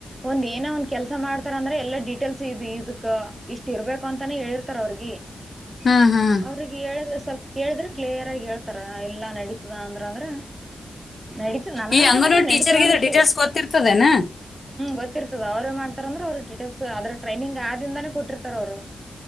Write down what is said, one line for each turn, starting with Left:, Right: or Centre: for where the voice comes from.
Right: ಒಂದ್ ಏನೋ ಒಂದ್ ಕೆಲ್ಸ ಮಾಡ್ತಾರ ಅಂದ್ರೆ ಎಲ್ಲಾ ಡೀಟೇಲ್ಸ್ ಇ ಇದಕ್ ಇಷ್ಟ ಇರ್ಬೇಕು ಅಂತಾನೆ ಹೇಳಿರ್ತಾರ ಅವ್ರಗೆ
Left: ಹ್ಮ್ ಹ್ಮ್
Right: ಅವರಿಗೆ ಹೇಳಿದ ಸರ್ ಕೇಳಿದರೆ ಕ್ಲಿಯರ್ ಹಾಗೆ ಹೇಳು ತರ ಎಲ್ಲಾ ನಡೀತದ ಅಂದ್ರ ಅಂದ್ರ ನಡತದ ನನಗೆ
Left: ಈ
Right: ಅನಿಸಿದ
Left: ಅಂಗನವಾಡಿ
Right: ಮಟ್ಟಿಗೆ ನಡೀತಾದ
Left: ಟೀಚರ್ಗೆ
Right: ಅನಿಸ್ತದ
Left: ಡೀಟೇಲ್ಸ್ ಗೊತ್ತಿರ್ತದೇನ
Right: ಗೊತ್ತಿರ್ತದ ಅವರೇ ಮಾಡಿಸ್ತಾರೆ ಗೊತ್ತಿರುತ್ತದೆ ಅವ್ರರು ಡಿಟೇಲ್ಸ್ ಅದ್ರ ಟ್ರೈನಿಂಗ್ ಆದಿಂದಾನೇ ಕೊಟ್ಟಿರ್ತಾರ ಅವ್ರು